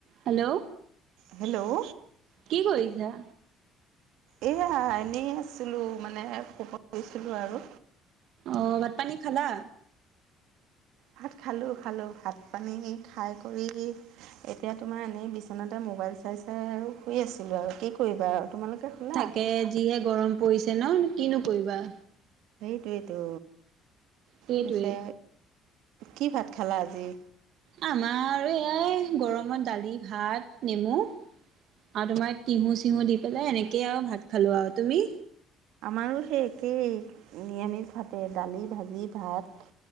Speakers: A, on the right; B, on the right.
A: Hello
B: hello
A: কি কৰিছা?
B: এইয়া এনেই আছিলোঁ মানে শুব লৈছিলোঁ আৰু।
A: অ' ভাত পানী খালা?
B: ভাত খালোঁ খালোঁ, ভাত পানী খাই কৰি এতিয়া তোমাৰ এনেই বিচনাতে মোবাইল চাই চাই আৰু শুই আছিলো আৰু কি কৰিবা আৰু। তোমালোকে? শুলা
A: তাকে যিহে গৰম পৰিছে ন কিনো কৰিবা।
B: সেইটোৱেটো,
A: সেইটোৱে।
B: পিছে কি ভাত খালা আজি?
A: আমাৰ আৰু এয়াই গৰমত দালি ভাত নেমু। আৰু তোমাৰ টিহু চিহু দি পেলাই এনেকৈয়ে আৰু ভাত খালো আৰু। তুমি?
B: আমাৰো সেই একেই নিৰামিষ ভাৱে দালি, ভাজি, ভাত।